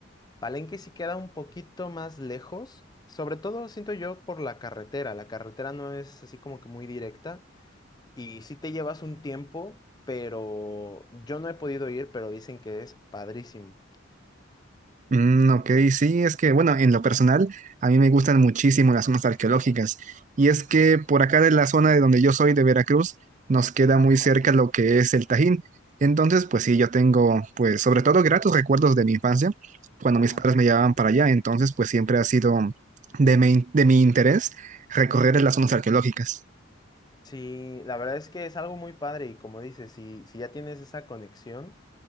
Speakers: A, on the left; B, on the right.
A: Palenque sí queda un poquito más lejos, sobre todo siento yo por la carretera. La carretera no es así como que muy directa y sí te llevas un tiempo, pero yo no he podido ir, pero dicen que es padrísimo.
B: Mm, ok, sí, es que, bueno, en lo personal, a mí me gustan muchísimo las zonas arqueológicas. Y es que por acá de la zona de donde yo soy, de Veracruz, nos queda
A: Ajá.
B: muy cerca lo que es el Tajín. Entonces, pues sí, yo tengo, pues, sobre todo gratos recuerdos de mi infancia, cuando
A: Ajá.
B: mis padres me llevaban para allá. Entonces, pues siempre ha sido de mi, de mi interés recorrer las zonas arqueológicas.
A: Sí, la verdad es que es algo muy padre y como dices, si, si ya tienes esa conexión,